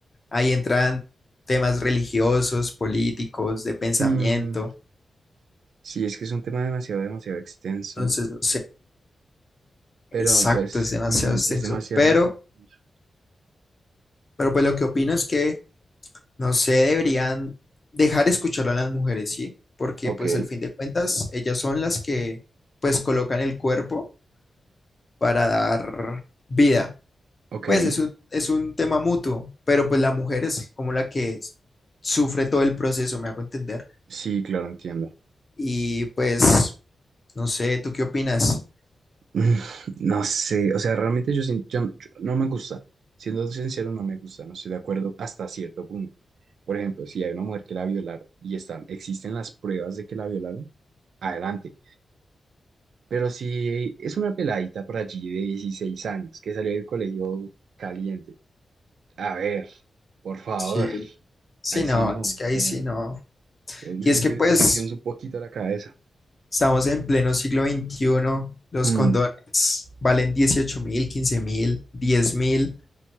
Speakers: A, on the left; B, on the right.
A: ahí entran temas religiosos, políticos, de pensamiento,
B: Mm, sí, es que es un tema demasiado, demasiado extenso.
A: entonces no sé,
B: Pero
A: exacto,
B: pues,
A: es demasiado
B: mm,
A: extenso,
B: es demasiado,
A: pero,
B: demasiado. extenso.
A: pero pues lo que opino es que No sé, deberían dejar escuchar a las mujeres, ¿sí? Porque
B: Ok,
A: pues al fin de cuentas ellas son las que pues colocan el cuerpo para dar vida.
B: ok.
A: Pues es un, es un tema mutuo, pero pues la mujer es como la que s- sufre todo el proceso, me hago entender.
B: Sí, claro, entiendo.
A: Y pues, no sé, ¿tú qué opinas?
B: Mm, No sé, o sea, realmente yo, sin- yo- yo- no me gusta. Siendo sincero, no me gusta, no estoy de acuerdo hasta cierto punto. Por ejemplo, si hay una mujer que la violaron y están, existen las pruebas de que la violaron, adelante. Pero si es una peladita por allí de 16 años que salió del colegio caliente, a ver, por favor,
A: Sí, sí,
B: ahí
A: no,
B: sí no,
A: es que
B: o
A: ahí
B: sea,
A: sí, no.
B: u- u-
A: Y es que pues
B: utilicemos un poquito la cabeza.
A: estamos en pleno siglo XXI, los
B: Mm,
A: condones valen 18 mil, 15 mil, 10 mil.